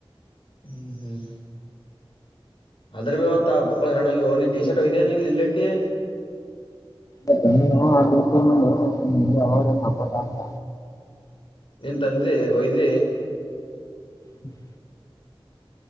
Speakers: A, on the left (about 60°); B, on the left (about 35°).
A: ಹ್ಮ್ ಹ್ಮ್ ಅದರವ್ಯವ ಬಕ್ಕಳ ಹರರಣಾಗಿ ನೀ ಟೀ ಶರ್ಟ್ ಹಯಯ ನೀ ಇಲ್ಲೇಟಿ
B: ಇ ನೀನು ಆತಿ ನಿ ಅವದ ಹಕಲ್ಲ ಅಂತ
A: ನೀನ್ ತಂದಿ ಒಯ್ದಿ
B: ಹ್ಮ್